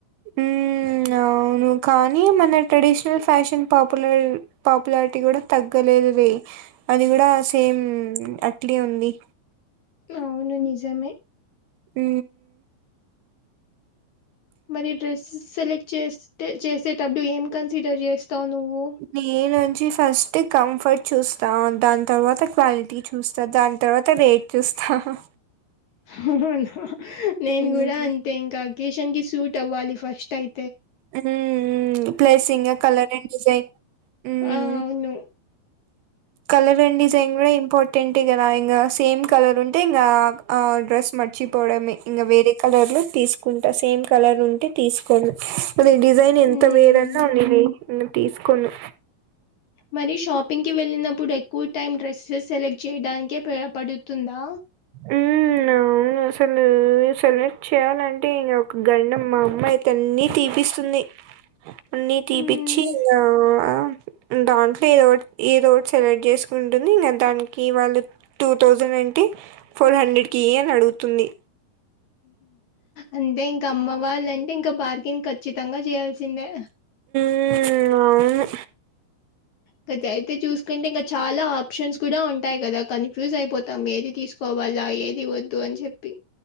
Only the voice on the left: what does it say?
అవును నిజమే
మరి డ్రెస్ సెలెక్ట్ చేస్తే చేసెటప్పుడు ఏం కన్సిడర్ చేస్త తనువు
హుహు్ నేను
కూడా అంతే ఇంకా అకేషన్ కి సూట్ అవ్వాలి ఫస్ట్ అయి
ఆ అవును
మ్మ్.
మరి షాపింగ్ కి వె ఇప్పుడు ఎక్కువ టైమ్ డ్రెస్సె సెలెక్ట్ చేయడానికే ప్రయోపడుతుందా
మ్మ్.
అంటే ఇంకా అమ్మ వాళ్ళంటే ఇంకా బార్కిన్ ఖచ్చితంగా చేయాల్సిందే
క దయి అయితే చూసుకుంటే ఇంకా చాలా ఆప్షన్స్ కూడా ఉంటాయి కదా కన్ఫ్యూజ్ అయిపోతాం ఏది తీసుకోవాలా ఏది వద్దు అని చెప్పి